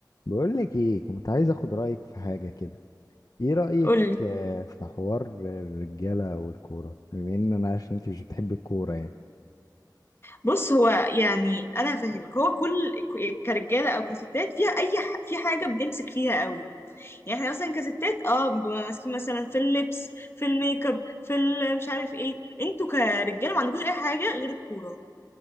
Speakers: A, on the left; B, on the left.
A: بقول لك ايه كنت عايز اخد رايك في حاجه كده ايه رايك
B: قولي
A: آه، في حوار الرجاله والكوره بما ان انا عارف ان انت مش بتحب الكوره يعني
B: بص هو يعني انا هفهمك هو كل ك- كرجاله او كستات فيها اي ح... في حاجه بنمسك فيها قوي يعني احنا مثلا كستات اه بنبقى ماسكين مثلا في اللبس في الميك اب في ال- مش عارف ايه انتوا كرجاله ما عندكوش اي حاجه غير الكوره